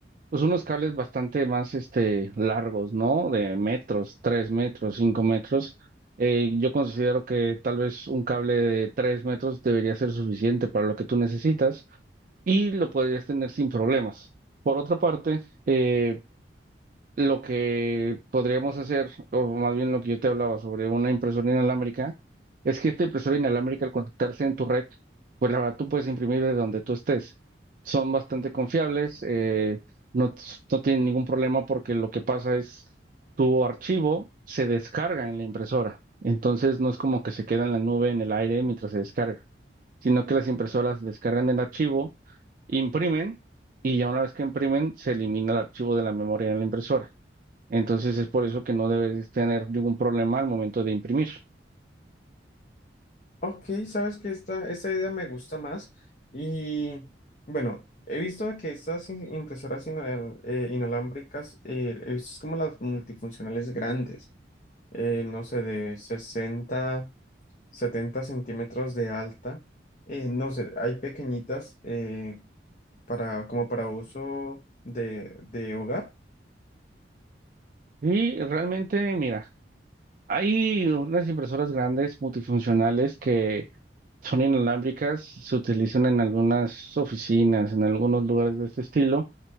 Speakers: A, on the right; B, on the left.
A: pues unos cables bastante más este largos, ¿no? De metros, tres metros, cinco metros. Eh, yo considero que tal vez un cable de tres metros debería ser suficiente para lo que tú necesitas y lo podrías tener sin problemas. Por otra parte, eh, lo que podríamos hacer, o más bien lo que yo te hablaba sobre una impresora inalámbrica, es que esta impresora inalámbrica al conectarse en tu red, pues la verdad tú puedes imprimir de donde tú estés. Son bastante confiables, eh, no, t- no tienen ningún problema porque lo que pasa es tu archivo se descarga en la impresora. Entonces no es como que se queda en la nube, en el aire mientras se descarga, sino que las impresoras descargan el archivo imprimen y ya una vez que imprimen se elimina el archivo de la memoria de la impresora. Entonces es por eso que no debes tener ningún problema al momento de imprimir.
B: Ok, sabes que esta, esta idea me gusta más y bueno, he visto que estas in- impresoras inal- eh, inalámbricas, eh, he visto es como las multifuncionales grandes, eh, no sé, de 60 70 centímetros de alta, eh, no sé, hay pequeñitas eh, para, como para uso de, de hogar.
A: Y realmente, mira, hay unas impresoras grandes multifuncionales que son inalámbricas, se utilizan en algunas oficinas, en algunos lugares de este estilo